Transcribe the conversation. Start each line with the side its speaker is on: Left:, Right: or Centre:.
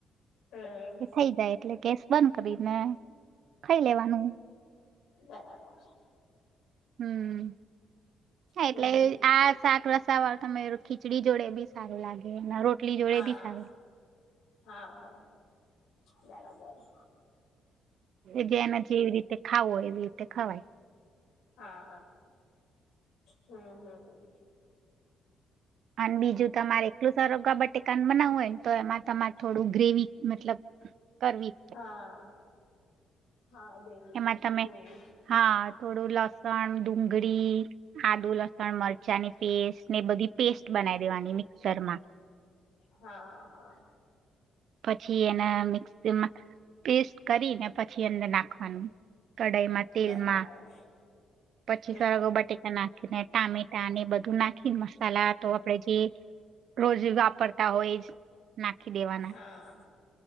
Left: હમ
Right: એ થઈ જાય એટલે ગેસ <inaudible> કરીને ખઈ લેવાનું.
Left: બરાબર
Right: હમ્મ હા
Left: હમ
Right: એટલે આ શાક રસાવાળું તમેર ખીચડી જોડે બી સારું લાગે રોટલી જોડે
Left: હા
Right: બી સારુ
Left: હા બરાબર
Right: કે જે એના જેવી રીતે ખાવું હોયે એવી તે ખવાય
Left: હા હા હમ્મ
Right: અને બીજું તમારે એકલું સરરોગા બટેકાનુ બનાવું હોય ને તો એમાં તમારે થોડું ગ્રેવી મતલબ કરવી
Left: હા હા ગ્રેવી ટાઈપ
Right: એમાં તમે
Left: હમ
Right: હા થોડું લસ લસણ ડુંગળી આદુ લસણ મરચાની પેસ્ટ ને બધી પેસ્ટ બનાવી દેવાની મિક્સર માં
Left: હા હા
Right: પછી એને મિક્સીમાં પેસ્ટ કરીને પછી અંદર નાખવાનું કઢાઈમાં તેલમાં
Left: બરાબર
Right: પછી
Left: હમ
Right: સરેગો બટે નાખીને ટામેટા ને બધું નાખીને મસાલા તો આપણેે જે રોજ વા પડતા હોય જ નાખી દેવાના
Left: હા